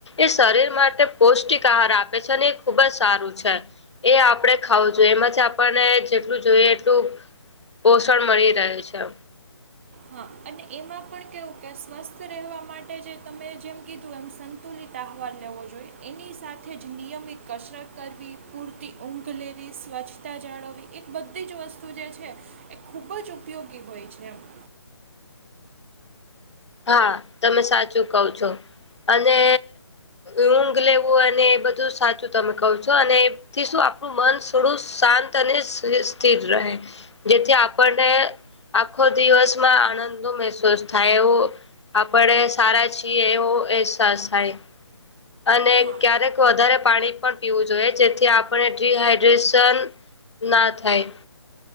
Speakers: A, on the left; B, on the right.
A: એ શરીર માટે પૌષ્ટિક આહાર આપે છે અને એ ખૂબ જ સારું છે. એ આપડે ખાવું જોઈએ એમાંથી આપણને જેટલું જોઈએ એટલું- પોષણ મળી રહે છે.
B: હા અને એમાં પણ કેવું કે સ્વસ્થ રહેવા માટે જે તમે જેમ કીધું એમ સન તુલિત આહવાલ લેવો જોઈએ એની સાથે જ નિયમિત કસરત કરવી પૂર તિ ઊંઘ લેવી, સ્વચ્છતા જાળવવી એ બધી જ વસ્તુ જે છે એ ખૂબ જ ઉપયોગી હોય છે એમ.
A: હા તમે સાચું કવ છો અને ઊંઘ લેવું અને એ બધું સાચું તમે કવ છો અને એનથી શું આપણું મન થોડું શાંત અને સ્થિ સ્થિર રહે. જેથી આપણને આખો દિવસમાં આણંદનુ મહેસૂસ થાય એવો આપણે સારા છીએ એવો અહેસાસ થાય. અને
B: હા
A: ક્યારેક વધારે પાણી પણ પીવું જોઈએ જેથી આપણે ડીહાઈડ્રેશન ના થાય.